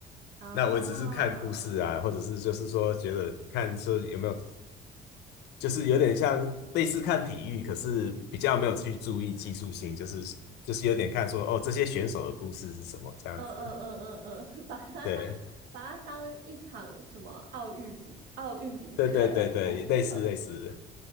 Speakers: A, on the right (about 70°); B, on the left (about 80°).
A: 啊。
B: 那我只是看故事啊，或者是就是说觉得看说有没有就是有点像类似看体育，可是比较没有去注意技术性，就是就是有点看说哦，这些选手的故事是什么这样子。
A: 嗯嗯嗯嗯嗯，<laughs> 把它当把它当一场什么奥运比奥运比赛来看。
B: 对，对对对对，类似类似。
A: <laughs>